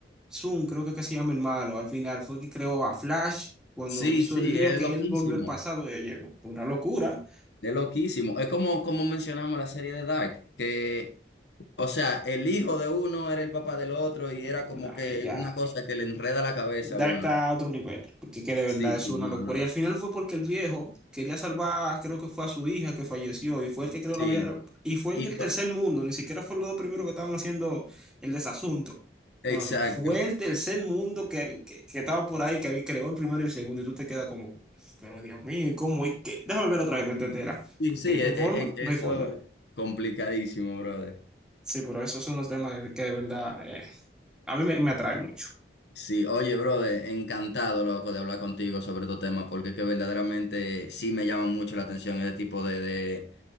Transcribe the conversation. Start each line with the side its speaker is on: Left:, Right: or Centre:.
Centre: Zoom, creo que, que se llama el malo, al final fue el que creó a Flash cuando
Left: Sí,
Centre: hizo
Left: sí,
Centre: el lío
Left: es
Centre: que
Left: loquísimo.
Centre: él volvió al pasado, ya llegó. Fue Una locura.
Left: Es loquísimo. Es como, como mencionamos la serie de Dark, que, o sea, el hijo de uno era el papá del otro y era como
Centre: No,
Left: que
Centre: ya.
Left: una cosa que le enreda la cabeza
Centre: Dark
Left: a uno.
Centre: está a otro nivel, porque que de verdad
Left: Sí, sí,
Centre: es una locura.
Left: no, no.
Centre: Y al final fue porque el viejo quería salvar, creo que fue a su hija que falleció, y fue el que creo
Left: Sí,
Centre: la había, y fue
Left: y
Centre: en el
Left: to-
Centre: tercer mundo, ni siquiera fue los dos primeros que estaban haciendo el desasunto.
Left: exacto.
Centre: No, no, no, fue
Left: <laughs>
Centre: el tercer mundo que, que, que estaba por ahí, que había creó el primero y el segundo, y tú te quedas como, pero Dios mío, ¿y cómo? ¿Y qué? Déjame ver otra vez, ¿me entenderás?
Left: Sí,
Centre: Porque
Left: sí, e-
Centre: no hay
Left: e-
Centre: forma,
Left: e-
Centre: no
Left: eso
Centre: hay forma.
Left: es complicadísimo, brother.
Centre: Sí, pero esos son los temas que de verdad eh, a mí me, me atrae mucho.
Left: Sí, oye, brother, encantado, loco, de hablar contigo sobre estos temas, porque es que verdaderamente sí me llama mucho la atención este tipo de, de